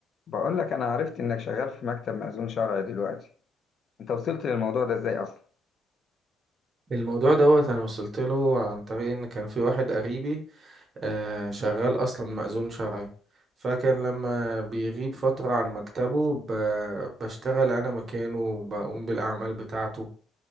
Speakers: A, on the left (about 45°); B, on the right (about 40°).
A: بقول لك انا عرفت انك شغال في مكتب مأذون شرعي دلوقتي انت وصلت للموضوع ده ازاي اصلا
B: الموضوع دوت انا وصلت له عن طريق ان كان في واحد قريبي آه، شغال اصلا مأذون شرعي فكان لما بيغيب فترة عن مكتبه ب- بشتغل انا مكانه وبقوم بالاعمال بتاعته